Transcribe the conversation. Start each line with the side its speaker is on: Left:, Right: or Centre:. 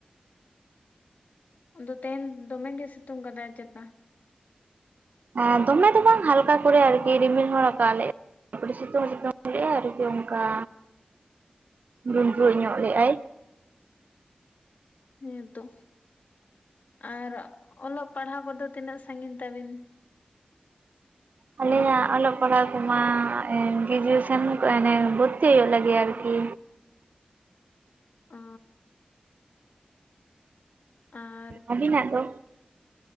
Left: ᱚᱸ ᱟᱫᱚ ᱛᱮᱦᱮᱱ ᱫᱚᱢᱮ ᱜᱮ ᱥᱤᱛᱩᱝ ᱠᱟᱫᱟᱭ ᱪᱮᱛᱟ?
Right: ᱮᱸ ᱫᱚᱢᱮ ᱫᱚ ᱵᱟᱝ ᱦᱟᱞᱠᱟ ᱠᱚᱨᱮ ᱟᱨ ᱠᱤ ᱨᱤᱢᱤᱞ ᱦᱚ ᱨᱟᱠᱟᱵ ᱞᱮᱜ ᱛᱟᱨ ᱯᱚᱨᱮ ᱥᱤᱛᱩᱝ ᱥᱤᱛᱩᱝ ᱞᱮᱫ ᱟᱭ ᱟᱨ ᱠᱤ ᱚᱱᱠᱟ ᱰᱩᱰᱨᱩᱜᱧᱚᱜ
Left: ᱚ
Right: ᱞᱮᱫ ᱟᱭ
Left: ᱦᱮᱸ ᱛᱚ ᱟᱨ ᱚᱞᱚᱜ ᱯᱟᱲᱦᱟᱣ ᱠᱚᱫᱚ ᱛᱤᱱᱟᱹᱜ ᱥᱟᱺᱜᱤᱧ ᱛᱟᱵᱤᱱ?
Right: ᱟᱞᱤᱧᱟᱜ ᱚᱞᱚᱜ ᱯᱟᱲᱦᱟᱣ ᱠᱚᱢᱟ ᱮ ᱜᱨᱮᱡᱩᱭᱮᱥᱚᱱ ᱮᱱᱮ ᱵᱷᱚᱨᱛᱤ ᱦᱩᱭᱩᱜ ᱞᱟᱹᱜᱤᱫ ᱟᱨ ᱠᱤ
Left: ᱚ ᱟᱨ
Right: ᱩ ᱟᱹᱵᱤᱱᱟᱜ ᱫᱚ?